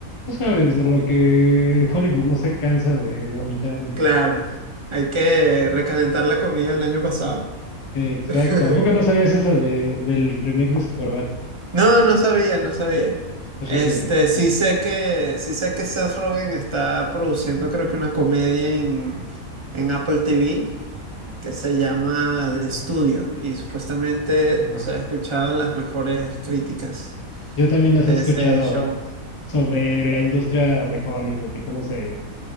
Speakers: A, on the left; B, on the right.
A: tú sabes de lo que Hollywood no se cansa de vomitarnos.
B: Claro, hay que recalentar la comida del año pasado.
A: Exacto,
B: <laughs>
A: ¿a poco no sabías esa de, del remake de Superbad?
B: No, no sabía, no sabía.
A: Es
B: Este,
A: reciente.
B: sí sé que, sí sé que Seth Rogen está produciendo, creo que una comedia en, en Apple TV
A: Ajá,
B: que se llama The Studio. Y supuestamente,
A: ajá.
B: o sea, he escuchado las mejores críticas
A: Yo también las
B: de
A: he escuchado
B: ese show.
A: sobre la industria de Hollywood y cómo se,